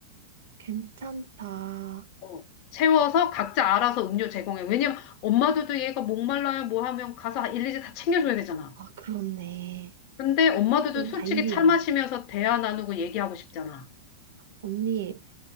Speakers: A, on the right; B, on the left.
A: 괜찮다.
B: 어, 세워서 각자 알아서 음료 제공해. 왜냐면 엄마들도 얘가 목말라요 뭐 하면 가서 아, 일일이 다 챙겨줘야 되잖아.
A: 아, 그렇네.
B: 근데 엄마들도
A: 오,
B: 솔직히
A: 다 일이야.
B: 차 마시면서 대화 나누고 얘기하고 싶잖아.
A: 언니,